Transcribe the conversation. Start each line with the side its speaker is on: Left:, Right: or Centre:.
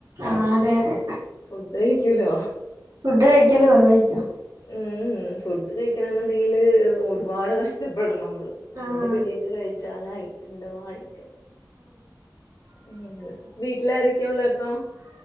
Right: ആഹ് അതെ അതെ.
Left: ഫുഡ് കഴിക്ക്യൂലോ?
Right: ഫുഡ് കഴിക്കല് കൊറവായിരിക്കും.
Left: ഉം ഉം ഫുഡ് കഴിക്കണെന്ന്ണ്ടെങ്കില് ഒരുപാട് കഷ്ടപ്പെടണം അമ്മള്. രണ്ട്
Right: ആഹ്
Left: പിടിയൊക്കെ കഴിച്ചാലായി രണ്ട് വായൊക്കെ. ഉം അങ്ങനെ വീട്ടിലാരൊക്കെയ് ഉള്ളെ അപ്പൊ?